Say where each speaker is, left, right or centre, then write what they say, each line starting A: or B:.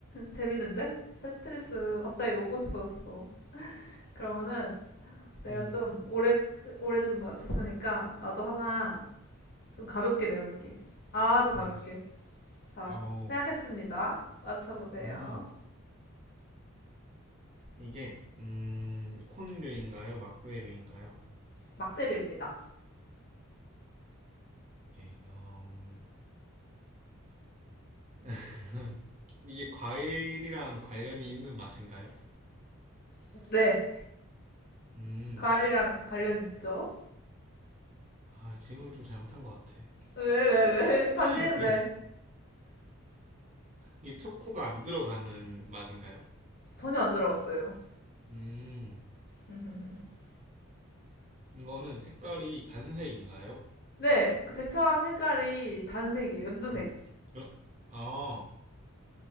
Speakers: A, on the left; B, on the right.
A: 재밌는데? 테트리스 갑자기 먹고 싶어졌어. 그러면은 내가
B: 음.
A: 좀 오래 오래 좀 맞췄으니까 나도 하나 좀 가볍게 내볼게. 아주 가볍게.
B: 알겠어.
A: 자,
B: 어,
A: 생각했습니다. 맞춰보세요.
B: 음. 이게, 음, 콘류인가요? 막대류인가요?
A: 막대류입니다.
B: 이게, 어, 음. <laughs> 이게 과일이랑 관련이 있는 맛인가요?
A: 네.
B: 음.
A: 과일이랑 관련이 있죠?
B: 아, 질문을 좀 잘못한 것 같아.
A: 왜, 왜, 왜? 다시
B: <laughs>
A: 해도
B: 그,
A: 돼.
B: 이 초코가 안 들어가는 맛인가요?
A: 전혀 안 들어갔어요.
B: 음.
A: <laughs>
B: 이거는 색깔이 단색인가요?
A: 네, 그 대표한 색깔이 단색이에요. 연두색.
B: 음. 어, 아.